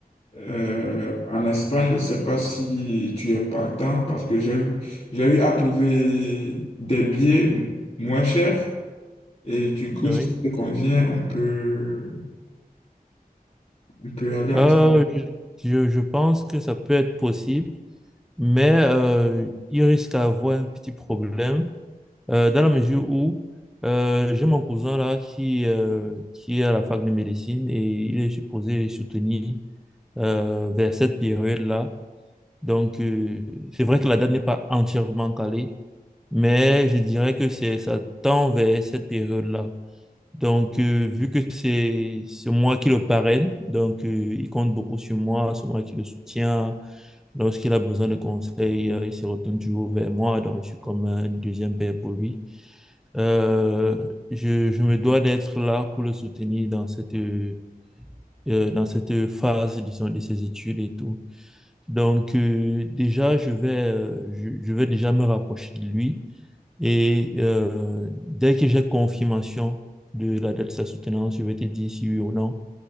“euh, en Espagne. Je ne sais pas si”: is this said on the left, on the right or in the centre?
Left